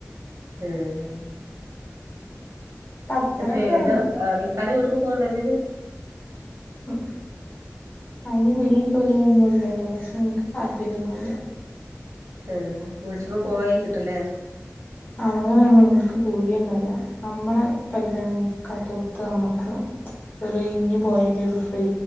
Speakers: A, on the right (about 80°); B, on the left (about 35°).
A: ഉം
B: പത്തരൊക്കെ
A: എന്നിട്ട് ഏത് ഏഹ് ഈ അതെ വീട്ടിക്ക് പോവണ്ടേ തന്നെയാണ്.
B: ഉം അതിന് വിളിയും തൊലിയൊന്നുല്ലല്ലോ, പക്ഷെ എനിക്ക് താല്പര്യം ഒന്നുമില്ല.
A: ഉം വിളിച്ചപ്പോ പോവാനിരുന്നിട്ടല്ലേ.
B: അങ്ങനെ നിങ്ങൾക്ക് കൂനിയൻ മേലാ, നമ്മളെ പരിഗണിക്കത്തടുത്ത് നമുക്ക്. ഒരു ഇഞ്ഞു പോയാല് ഒരു ഫ്രീ